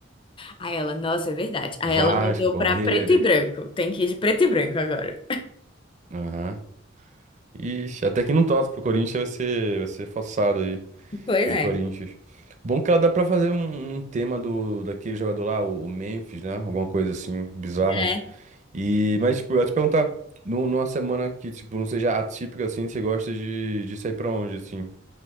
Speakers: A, on the left (about 25°); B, on the right (about 40°).
A: Aí ela, nossa, é verdade. Aí
B: Vasco,
A: ela mudou
B: Palmeiras.
A: pra preto e branco. Tem que ir de preto e branco agora.
B: Aham. Ixi, até que não torce pro Corinthians vai ser, vai ser forçado aí.
A: Pois
B: de
A: é.
B: Corinthians. Bom que ela dá pra fazer um, um tema do daquele jogador lá, o, o Memphis, né? Alguma coisa assim, bizarra.
A: É.
B: E, mas, tipo, eu ia te perguntar, nu- numa semana que, tipo, não seja atípica, assim, você gosta de, de sair pra onde, assim?